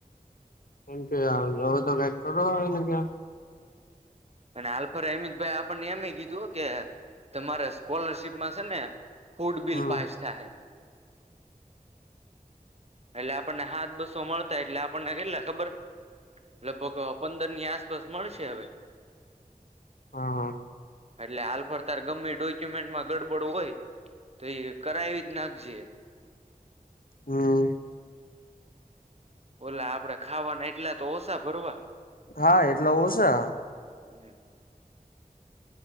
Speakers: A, on the left; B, on the right.
A: એમ કે હવે તો પેક કરો હોય ને ક્યાં.
B: અને આલ્ફર અમિતભાઈ આપણને એમે કીધું કે તમારે સ્કોલરશીપમાં છે ને ફૂડ બીલ
A: હમ
B: પાસ થાહે એટલે આપણને હાથ બસો મળતા એટલે આપણને કેટલા ખબર લગભગ પંદરની આસપાસ મળશે હવે.
A: હા હા.
B: એટલે હાલફડતર ગમે ડોક્યુમેન્ટમાં ગડબડ હોય. તો એ કરાવી જ નાખજે.
A: હ. <unintelligible>
B: ઓલા આપડે ખાવાના એટલા તો ઓછા ભરવા.
A: હા એટલે ઓછા
B: હમ્મ.